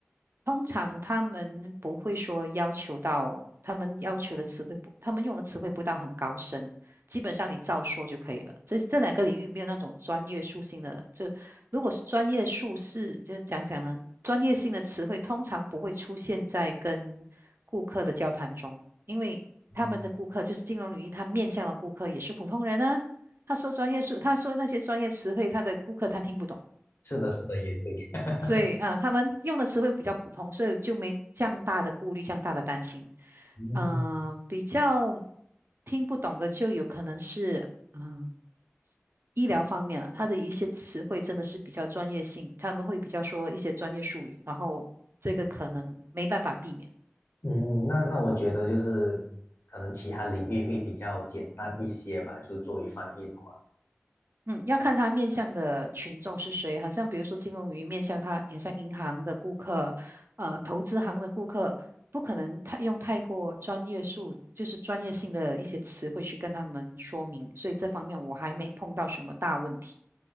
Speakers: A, on the right; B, on the left.
A: 通常他们不会说要求到，他们要求的词汇不，他们用的词汇不到很高深，基本上你照说就可以了。这这两个领域没有那种专业属性的，就如果是专业术士，就讲讲呢，专业性的词汇通常不会出现在跟顾客的交谈中，因为他们的顾客就是金融领域，
B: 嗯
A: 他面向的顾客也是普通人啊。他说专业术，他说那些专业词汇，他的顾客他听不懂。
B: 是的，是的，也对。<laughs>
A: 所以啊，他们用的词汇比较普通，所以就没这样大的顾虑，这样大的担心。
B: 嗯
A: 呃，比较听不懂的就有可能是，嗯、医疗方面了，它的一些词汇真的是比较专业性，他们会比较说一些专业术语，然后这个可能没办法避免。
B: 嗯，那那我觉得就是可能其他领域会比较简单一些吧，就是作为翻译的话。
A: 嗯，要看他面向的群众是谁，好像比如说金融鱼面向他，面向银行的顾客，呃，投资行的顾客，不可能太用太过专业术，就是专业性的一些词汇去跟他们说明，所以这方面我还没碰到什么大问题。